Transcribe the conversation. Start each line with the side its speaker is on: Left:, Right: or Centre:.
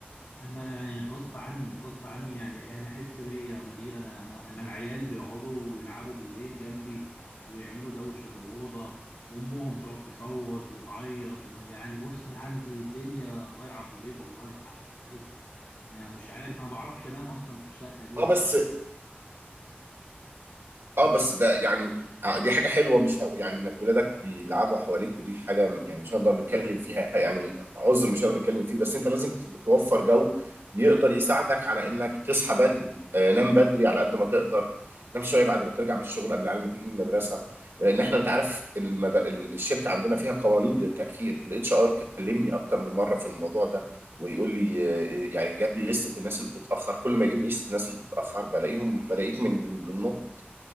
Left: انا يعني غصب عني غصب عني يعني انا احس بيا يا مدير انا انا انا العيال بيقعدوا يلعبوا بالليل جنبي ويعملوا دوشه في الاوضه وامهم تقعد تصوت وتعيط ويعني بص انا عندي الدنيا ضايعه في البيت والله حقك عليا انا مش عارف انا ما بعرفش انام اصلا في الشقه دي
Right: اه
Left: والله
Right: بس اه بس ده يعني آه، دي حاجة حلوة مش ه... يعني انك ولادك بيلعبوا حواليك ودي حاجة م- يعني مش هنقدر نتكلم فيها ح- يعني عذر مش هنقدر نتكلم فيه بس انت لازم ت- توفر جو يقدر يساعدك على انك تصحى بدري آه نام بدري على قد ما تقدر نام شوية بعد ما ترجع من الشغل قبل العيال ما تيجي من المدرسة لان احنا انت عارف المد... ال- الشركة عندنا فيها قوانين للتأخير الاتش ار كلمني اكتر من مرة في الموضوع ده ويقول لي آه، يعني جاب لي لستة الناس اللي بتتأخر كل ما يجيب لي لستة الناس اللي بتتأخر بلاقيهم بلاقيك من ضمنهم